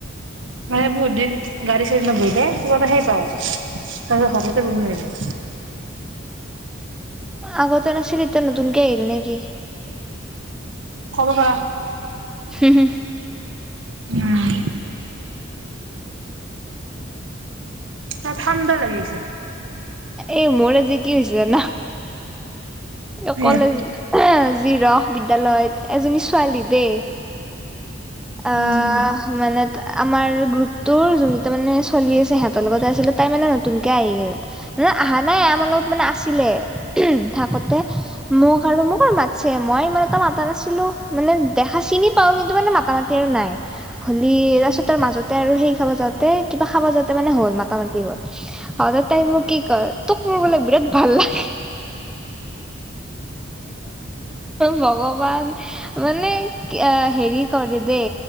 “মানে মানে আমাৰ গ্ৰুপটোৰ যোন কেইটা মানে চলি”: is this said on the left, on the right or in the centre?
Centre